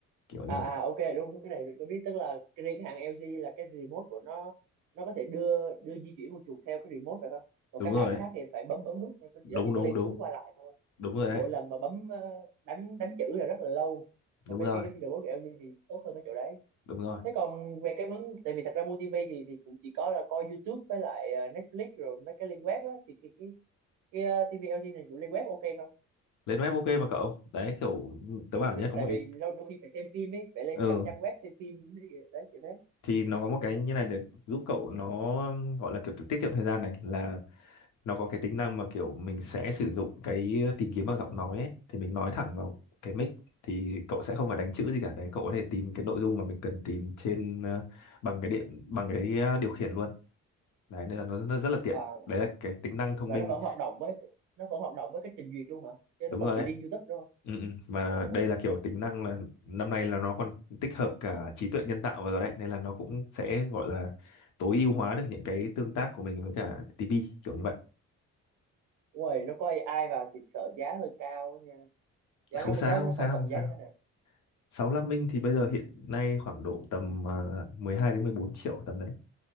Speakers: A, on the left (about 75°); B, on the right (about 85°).
A: kiểu như
B: à,
A: vậy
B: à ok đúng đúng cái này mình có biết tức là cái riêng hãng LG là cái remote của nó nó có thể đưa đưa di chuyển con chuột theo cái remote phải không còn
A: đúng
B: các
A: rồi
B: hãng
A: đấy
B: khác thì phải bấm bấm nút nó
A: đúng
B: chỉ nó chỉ
A: đúng
B: có lên
A: đúng
B: xuống qua lại thôi
A: đúng rồi
B: cho nên
A: đấy
B: mỗi lần mà bấm ờ, đánh đánh chữ là rất là lâu còn
A: đúng
B: cái
A: rồi
B: cái, cái remote của LG thì tốt hơn cái chỗ đấy
A: đúng rồi
B: thế còn về cái vấn tại vì thật ra mua TV thì thì cũng chỉ có là coi YouTube với lại ờ, Netflix rồi mấy cái link web á thì cái, cái cái ờ, TV LG này dùng lên web ok không
A: lên web ok mà cậu đấy kiểu tớ bảo
B: tại
A: nhé
B: vì
A: có
B: tại
A: một cái
B: vì lâu- đôi khi phải xem phim ấy phải lên
A: ừ
B: các trang web xem phim đấy kiểu thế
A: thì nó có một cái như này để giúp cậu nó um, gọi là kiểu tiết kiệm thời gian này là nó có cái tính năng mà kiểu mình sẽ sử dụng cái tìm kiếm bằng giọng nói ấy, thì mình nói thẳng vào cái mic thì cậu sẽ không phải đánh chữ gì cả đấy cậu có thể tìm cái nội dung mà mình cần tìm trên ờ, bằng cái điện bằng cái ờ, điều khiển luôn đấy nên là nó, nó rất là tiện
B: à,
A: đấy là cái tính năng thông
B: và
A: minh
B: nó vẫn hoạt động với nó vẫn hoạt động với cái trình duyệt luôn hả chứ
A: đúng
B: nó không
A: rồi
B: chỉ
A: đấy
B: riêng YouTube đâu
A: ừ, ừ. và
B: ồ
A: đây là kiểu tính năng là năm nay là nó còn tích hợp cả trí tuệ nhân tạo vào rồi đấy nên là nó cũng sẽ gọi là tối ưu hóa được những cái tương tác của mình với cả TV kiểu như vậy
B: Ui, nó có AI vào thì sợ giá hơi cao á nha giá
A: không
B: nó
A: sao
B: giá nó
A: không sao
B: khỏi tầm
A: không sao
B: giá như thế nào
A: 65 inch thì bây giờ hiện nay khoảng độ tầm à, 12 đến 14 triệu tầm đấy.